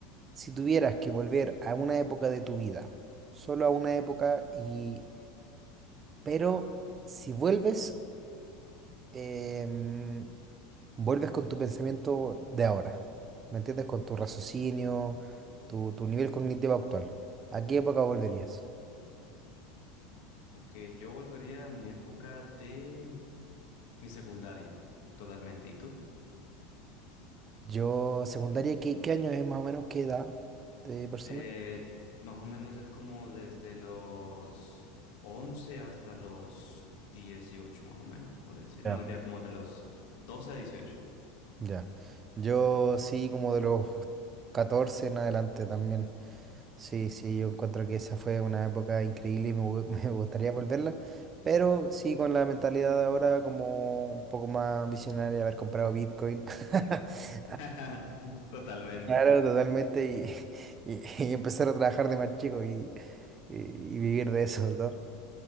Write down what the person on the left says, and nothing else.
Ok, yo volvería a mi época de mi secundaria, totalmente. ¿Y tú?
Eh, más o menos es como desde los 11 hasta los 18 más o menos, por decir.
No, mentira, como de los 12 a dieciocho
<laughs> Totalmente.